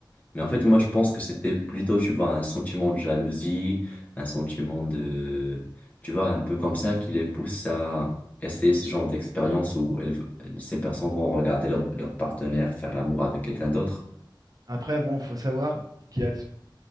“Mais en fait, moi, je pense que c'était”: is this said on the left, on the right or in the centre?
Left